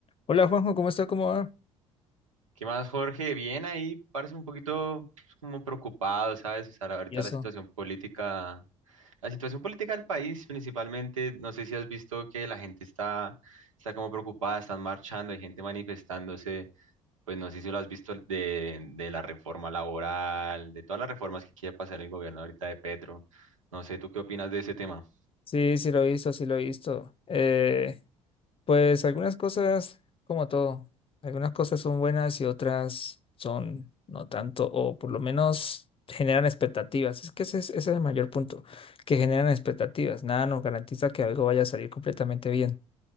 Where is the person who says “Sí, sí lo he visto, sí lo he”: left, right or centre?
Left